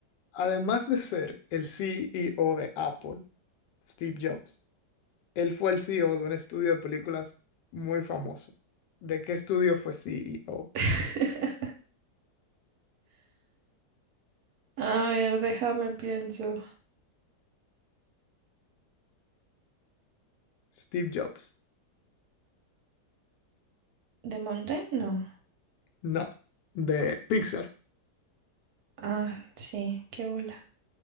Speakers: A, on the left; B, on the right.
A: Además de ser el CEO de Apple, Steve Jobs, él fue el CEO de un estudio de películas muy famoso. ¿De qué estudio fue CEO?
B: <laughs> A ver, déjame pienso.
A: Steve Jobs.
B: ¿The Mountain? No.
A: No, de Pixar.
B: Ah, sí, qué bola.